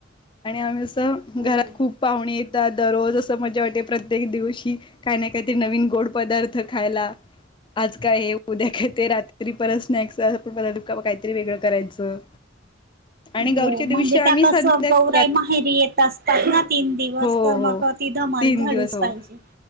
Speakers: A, on the left; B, on the right.
A: आणि आम्ही असं
B: हो.
A: घरात खूप पाहुणे येतात दररोज असं मजा वाटते प्रत्येक दिवशी, काही ना काही तेरी नवीन गोड पदार्थ खायला, आज काय उद्या काय ते रात्री परत स्नॅक्स पण ब काहीतरी वेगळं करायचं, आणि
B: हो
A: गौरीच्या दिवशी
B: म्हणजे
A: आम्ही
B: त्या कस
A: संध्या
B: गौराई माहेरी येत असतात ना तीन दिवस
A: हो
B: तर
A: हो
B: मग ती धमाल
A: तीन
B: झालीच
A: दिवस हो
B: पाहिजे.